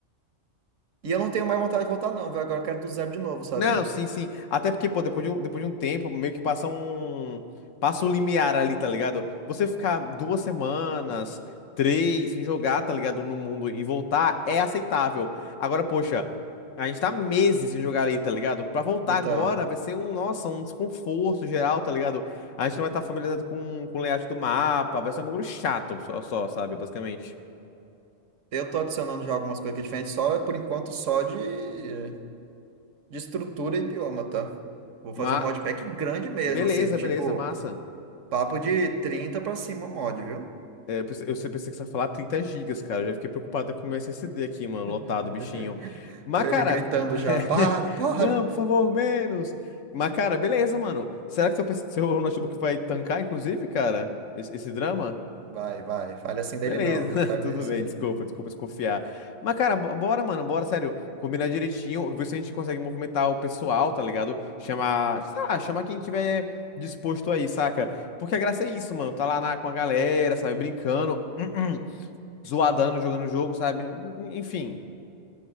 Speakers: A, on the right (about 75°); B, on the left (about 80°).
A: E eu não tenho mais vontade de voltar, não, velho, agora eu quero do zero de novo, sabe?
B: Não, sim, sim. Até porque, pô, depois de um, depois de um tempo, meio que passa um. Passa o limiar ali, tá ligado? Você ficar duas semanas, três, sem jogar, tá ligado? No mundo e voltar é aceitável. Agora, poxa, a gente tá meses sem jogar ali, tá ligado? Pra voltar
A: Então.
B: agora vai ser um, nossa, um desconforto geral, tá ligado? A gente não vai estar familiarizado com, com o layout do mapa, vai ser um bagulho chato, só, só, sabe? Basicamente.
A: Eu tô adicionando já algumas coisas aqui diferentes, só por enquanto só de, de estrutura e bioma, tá? Vou fazer
B: Mas,
A: um modpack grande mesmo,
B: beleza,
A: assim, tipo,
B: beleza, massa.
A: papo de 30 pra cima mod, viu?
B: É, eu pensei eu pensei que você ia falar 30 gigas, cara. Eu já fiquei preocupada com o meu SSD aqui, mano, lotado,
A: <laughs>
B: bichinho. Mas,
A: Ele
B: cara,
A: gritando
B: <laughs>
A: já, para, para!
B: não, por favor, menos. Mas, cara, beleza, mano. Será que seu, PC seu notebook vai tancar, inclusive, cara? Esse, esse drama?
A: Vai, vai, fale assim dele
B: Beleza,
A: não, viu?
B: <laughs>
A: Fale
B: tudo
A: assim
B: bem,
A: dele
B: desculpa,
A: não.
B: desculpa desconfiar. Mas, cara, bo- bora, mano, bora, sério. Combinar direitinho, ver se a gente consegue movimentar o pessoal, tá ligado? Chamar, sei lá, chamar quem tiver disposto aí, saca? Porque a graça é isso, mano. Tá lá na- com a galera, sabe, brincando. <clears throat> zoadando jogando o jogo, sabe? Enfim.